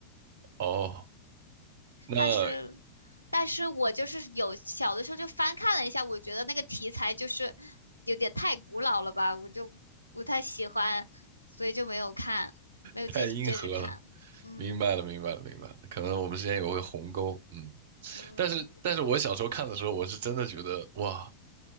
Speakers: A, on the right; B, on the right.
A: 哦，那
B: 但是，但是我就是有小的时候就翻看了一下，我觉得那个题材就是有点太古老了吧，我就不太喜欢，所以就没有看，没有接接着看。
A: 太硬核了，
B: 嗯
A: 明白了，明白了，明白了，可能我们之间也会鸿沟，嗯。
B: 嗯，
A: 但是，但是我小时候看的时候，
B: 可能
A: 我是真的觉得哇，